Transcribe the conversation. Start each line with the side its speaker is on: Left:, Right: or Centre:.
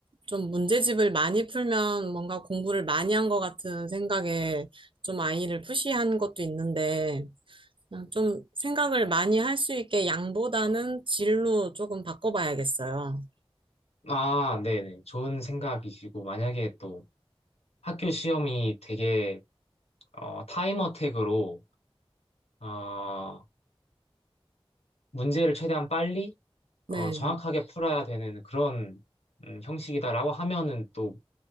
Right: 좀 문제집을 많이 풀면 뭔가 공부를 많이 한 것 같은 생각에 좀 아이를 푸시한 것도 있는데, 그냥 좀 생각을 많이 할 수 있게 양보다는 질로 조금 바꿔봐야겠어요.
Left: 아, 네네. 좋은 생각이시고 만약에 또 학교 시험이 되게 어, 타임 어택으로 어, 문제를 최대한 빨리
Right: 네.
Left: 어, 정확하게 풀어야 되는 그런 음, 형식이다라고 하면은 또